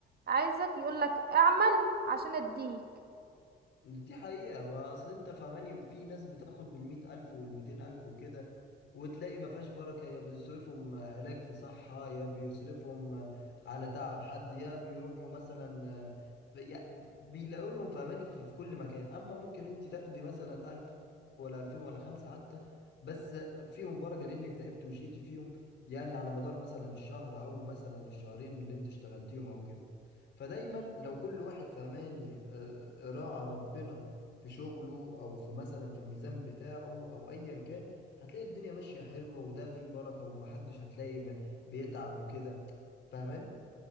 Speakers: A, on the right (about 50°); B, on the left (about 60°).
A: عايزك يقولك اعمل عشان اديك
B: دي حقيقة ما أصل أنت فاهماني في ناس بتاخد بالمئة ألف والمئتين ألف وكده وتلاقي ما فيهاش بركة يا بيصرفهم علاج في صحة يا بيصرفهم على تعب حد يا بيروحوا مثلا في يا بيلاقوا لهم فاهماني في, في كل مكان أما ممكن أنت تاخدي مثلا ألف ولا ألفين ولا خمسة حتى بس فيهم بركة لأنك تعبت وشيتي فيهم يعني على مدار مثلا الشهر أو مثلا الشهرين اللي أنت اشتغلتيهم أو كده فدايما لو كل واحد فهماني آه، آه، راعى ربنا في شغله او في مثلا في الميزان بتاعه او ايا كان هتلاقي الدنيا ماشية حلوة وده فيه بركة ومحدش هتلاقي ب- بيتعب وكده فاهماني